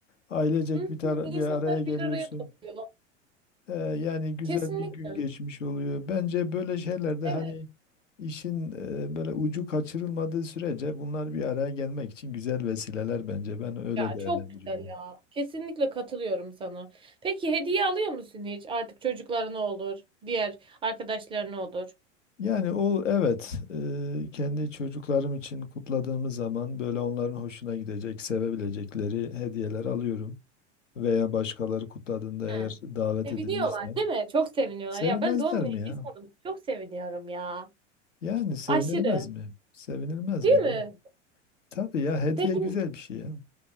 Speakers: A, on the left (about 85°); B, on the right (about 15°).
A: Ailecek
B: Hı
A: bir tara-
B: hı. İnsanlar
A: bir araya geliyorsun.
B: bir araya topluyor.
A: Ee, yani güzel
B: Kesinlikle.
A: bir gün geçmiş oluyor. Bence böyle şeylerde
B: Evet
A: hani işin eee, böyle ucu kaçırılmadığı sürece bunlar bir araya gelmek için güzel vesileler bence. Ben öyle
B: ya
A: değerlendiriyorum.
B: çok güzel ya. Kesinlikle katılıyorum sana. Peki hediye alıyor musun hiç? Artık çocuklarına olur, diğer arkadaşlarına olur.
A: Yani o evet e, kendi çocuklarım için kutladığımız zaman böyle onların hoşuna gidecek, sevebilecekleri hediyeler alıyorum. Veya başkaları kutladığında eğer
B: Hı.
A: davet
B: Seviniyorlar
A: edilmişsem
B: değil mi? Çok seviniyorlar.
A: sevinmezler
B: Ya ben doğum günü
A: mi
B: hediyesi
A: ya?
B: aldım. Çok seviniyorum ya.
A: Yani sevinilmez
B: Aşırı.
A: mi? Sevinilmez
B: Değil
A: mi?
B: mi?
A: Tabii ya hediye
B: Peki
A: güzel bir şey ya.